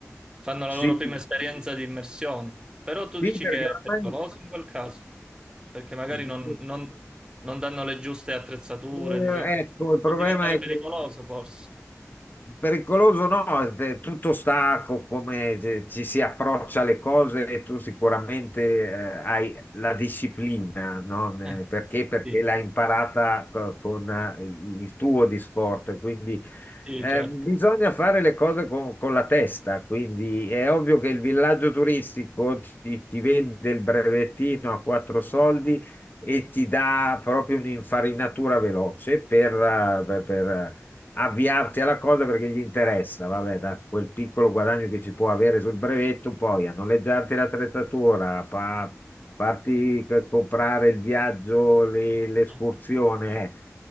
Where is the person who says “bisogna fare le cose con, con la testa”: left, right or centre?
Left